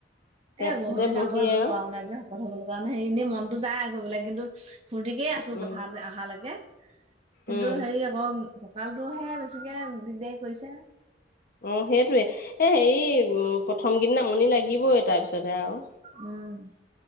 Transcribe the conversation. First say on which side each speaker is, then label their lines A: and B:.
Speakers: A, on the left; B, on the right.
A: টেপটোতে
B: এ বহুতদিন
A: বহিয়ে
B: আকৌ এইবোৰ
A: আৰু
B: কৰাও নাই যে। কথা ক'ব লগা নাই এনেই মনতো যায় আৰু কৰিবলৈ কিন্তু ফূৰ্তিকে আছোঁ
A: উম
B: পথাৰত অহালৈকে কিন্তু
A: উম
B: হেৰি অকৌ কঁকালটোহে বেছিকে দিগদাৰি কৰিছে।
A: অ সেইটোৱে এ হেৰি উ প্ৰথম কেইদিন আমনি লাগিবই তাৰ পিছতহে আৰু
B: উম